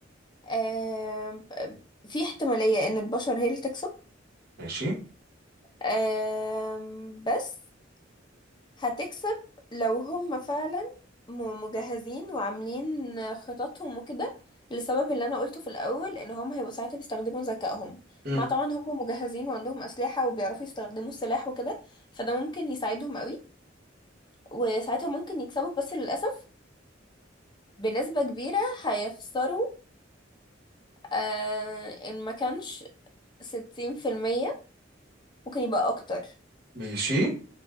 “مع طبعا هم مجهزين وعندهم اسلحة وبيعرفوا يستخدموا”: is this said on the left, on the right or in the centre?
Left